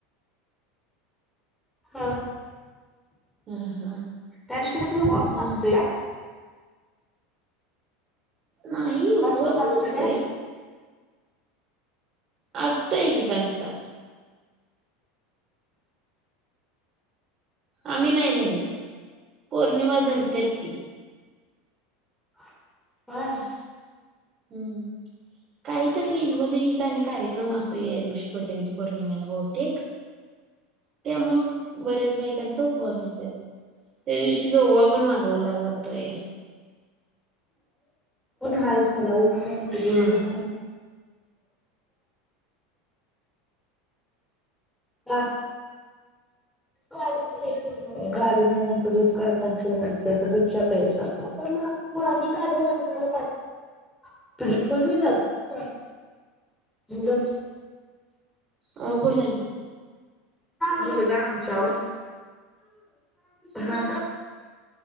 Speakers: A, in the centre; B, on the right.
A: हा
B: हम हा <unintelligible>
A: त्यादिवशी काय उपवास
B: हा
A: असतो या
B: नाही उपवास
A: पण असतोय
B: नसतोय.
A: काय?
B: असतोय एकेकांचा आम्ही नाही धरीत पौर्णिमा धरते ती
A: हा <unintelligible>
B: हम्म काहीतरी रेणुका देवीचा आणि कार्यक्रम असतो या दिवशी कोजागिरी पौर्णिमेला बहुतेक त्यामुळे बऱ्याच बाईकांचा उपवास असतात त्या दिवशी जोगवा पण मागवला जातोय.
A: ऊन हायस मुला ऊनठ बर
B: हा
A: <unintelligible> हा गाडी नाही म्हणत दूध काढतािरवाच तर दुधच्या प्यायचा अस <unintelligible> माझी खडे आण बिलुर मी बज <unintelligible> हॅलो
B: हो बोला कि
A: मुलगा आमचा ओ हा